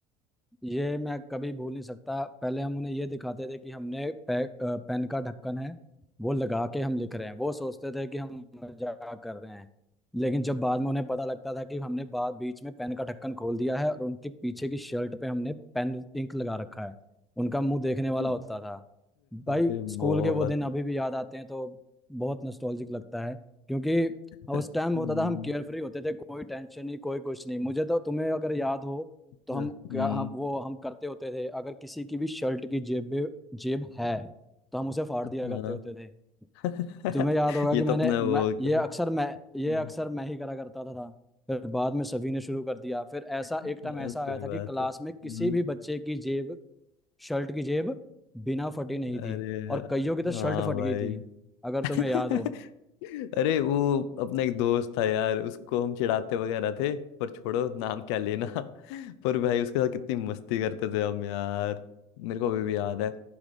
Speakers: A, in the centre; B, on the left.
A: ये मैं कभी भूल नहीं सकता पहले हम उन्हें ये दिखाते थे कि हमने पे, अ, पेन का ढक्कन है वो लगा के हम लिख रहे हैं वो सोचते थे कि हम मजाक कर रहे हैं लेकिन जब बाद में उन्हें पता लगता था कि हमने बाद बीच में पेन का ढक्कन खोल दिया है और उनके पीछे की शर्ट पे हमने पेन इंक लगा रखा है उनका मुंह देखने वाला
B: <laughs>
A: होता था भाई
B: अरे
A: स्कूल
B: बहुत
A: के वो दिन अभी भी याद आते हैं तो बहुत नॉस्टैल्जिक लगता है क्योंकि
B: <laughs>
A: उस टाइम
B: हम्म
A: होता था हम केयरफ्री होते थे कोई टेंशन नहीं कोई कुछ नहीं मुझे तो तुम्हें अगर याद हो
B: हम्म,
A: तो हम क्या हम वो हम करते होते थे अगर किसी की भी शर्ट की जेब में जेब है तो हम उसे फाड़
B: हाँ
A: दिया करते होते थे
B: <laughs>
A: तुम्हें याद होगा
B: ये
A: कि
B: तो
A: मैंने
B: अपना वो
A: मैं
B: हो गया
A: ये अक्सर मैं
B: था।
A: ये अक्सर मैं ही करा करता था, था। फिर बाद में सभी ने शुरू कर दिया फिर ऐसा
B: हाँ,
A: एक टाइम ऐसा
B: सही
A: आया था
B: बात
A: कि क्लास
B: है हम्म।
A: में किसी भी बच्चे की जेब शर्ट की जेब बिना फटी
B: अरे
A: नहीं थी
B: यार,
A: और कईयों की तो शर्ट
B: हाँ
A: फट
B: भाई
A: गई थी अगर
B: <laughs>
A: तुम्हें याद हो
B: अरे वो अपना एक दोस्त था यार उसको हम चिढ़ाते वगैरह थे पर छोड़ो नाम क्या लेना <laughs> पर भाई उसके साथ कितनी मस्ती करते थे हम यार मेरे को अभी भी याद है